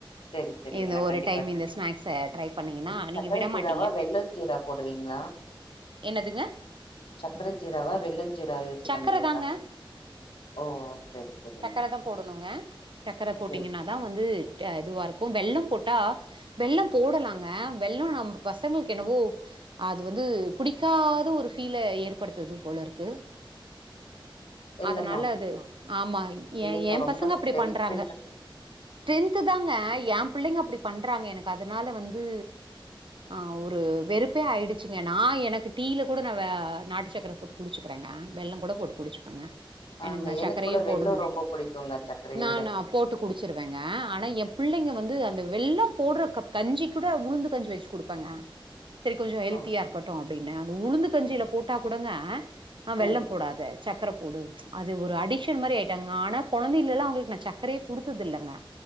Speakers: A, on the left; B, on the right.
A: செரி செரிங்க
B: இந்த
A: நா
B: ஒரு
A: கண்டிப்பா
B: டைம்
A: ட்ரை
B: இந்த ஸ்நாக்ஸ்ச ட்ரை பண்ணீங்கன்னா
A: பண்றே
B: நீங்க
A: சக்கர
B: விட
A: ஜீராவா
B: மாட்டீங்க
A: வெள்ளஞ்சீரா போடுவீங்களா
B: என்னதுங்க
A: சக்கர ஜீராவா வெல்லஞ் ஜீராவ யூஸ்
B: சக்கர
A: பண்ணுவீங்ளா
B: தாங்க
A: ஓ செரி செரிங்க
B: சக்கர தா போடணுங்க சக்கர போட்டீங்கன்னா
A: செரி
B: தா வந்து க இதுவா இருக்கு வெல்லோ போட்டா வெல்லம் போடலாங்க வெல்லோ நம்ம பசங்களுக்கு என்னவோ அது வந்து புடிக்காத ஒரு ஃபீல ஏற்படுத்துது போல இருக்கு
A: வெல்லமா
B: அதனால அது ஆமா
A: இல்லைங்க
B: ஏ ஏம்
A: ரொம்ப
B: பசங்க
A: ஸ்ட்ரென்த்துங்க
B: அப்டி பண்றாங்க ஸ்ட்ரென்த் தாங்க ஏ பிள்ளைங்க அப்டி பண்றாங்க எனக்கு அதனால வந்து ஆ ஒரு வெறுப்பே ஆயிடுச்சுங்க நா எனக்கு டீயில கூட நா வெ நாட்டு சக்கர போட்டு குடிச்சுக்குறேங்க வெல்லோ கூட போட்டு குடிச்சுப்பேங்க
A: ஆங்க
B: நா
A: எனக்கு
B: சக்கரையே
A: கூட
B: போடணு
A: வெல்லோ ரொம்ப புடிக்குங்க சக்கரய
B: நானு
A: விட
B: போட்டு குடிச்சிருவேங்க ஆனா ஏ புள்ளைங்க வந்து அந்த வெல்லோ போடுற க கஞ்சி கூட உளுந்து கஞ்சி வச்சு குடுப்பங்க சரி கொஞ்சோ ஹெல்த்தியா
A: ஓ
B: இருக்கட்டு அப்டின்னு அந்த உளுந்து கஞ்சியில போட்டா கூடங்க ஆ வெல்லோ
A: ம்
B: போடாத சக்கர போடு அது ஒரு அடிக்ஷ ஷன் மாரி ஆயிட்டாங்க ஆனா கொழந்தைலெல்லா அவுங்களுக்கு நா சக்கரயே குடுத்தது இல்லேங்க